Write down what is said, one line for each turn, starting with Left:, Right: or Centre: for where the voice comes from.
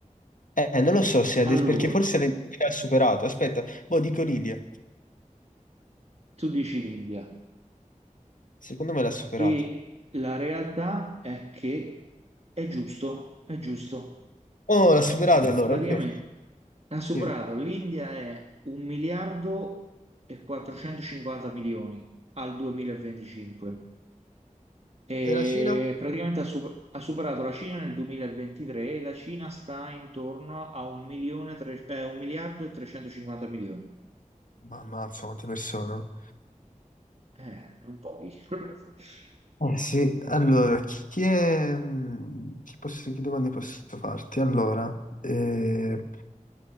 Left: Eh, non lo so se adesso,
Right: Allora,
Left: perché forse l'India ha superato. Aspetta, boh, dico l'India.
Right: tu dici l'India
Left: Secondo me l'ha superato.
Right: e la realtà è che è giusto, è giusto.
Left: Oh, l'ha superato allora,
Right: Praticamente
Left: ok.
Right: ha superato,
Left: Sì. E
Right: l'India è un miliardo e 450 milioni al 2025 e
Left: la Cina?
Right: praticamente ha, sup- ha superato la Cina nel 2023 e la Cina sta intorno a un milione tre- eh, un miliardo e 350 milioni.
Left: Ma ammazza, quante persone. oh.
Right: Eh, non pochi. <laughs>
Left: Eh sì, allora, chi è... mh, Chi, posso, che domande posso farti? Allora, eh,